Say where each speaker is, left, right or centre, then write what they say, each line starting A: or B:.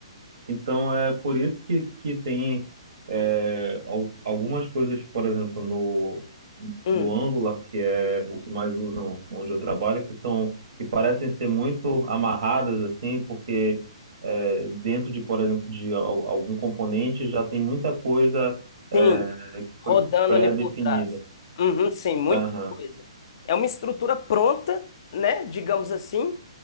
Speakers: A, on the right; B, on the left.
A: Então é por isso que, que tem é, al- algumas coisas, por exemplo, no,
B: Hum,
A: no Angular, que é o que mais usam onde eu trabalho, que são que parecem ser muito amarradas assim, porque é, dentro de, por exemplo, de al- algum componente já tem muita coisa é,
B: Sim,
A: que
B: rodando
A: foi pré-definida.
B: ali por trás. Uhum, sim, muita
A: Aham,
B: coisa. É uma estrutura pronta, né? Digamos assim,